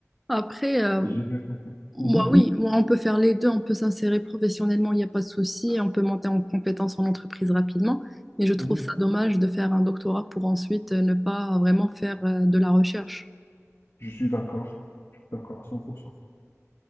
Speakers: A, in the centre; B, on the left.
A: Après, euh,
B: J'ai bien compris. Mhm.
A: moi, oui, moi, on peut faire les deux, on peut s'insérer professionnellement, il n'y a pas de souci, on peut monter en compétence en entreprise rapidement, mais je trouve
B: Mhm.
A: ça dommage de faire un doctorat pour ensuite euh, ne pas vraiment faire euh, de la recherche.
B: Je suis d'accord. Je suis d'accord à 100%.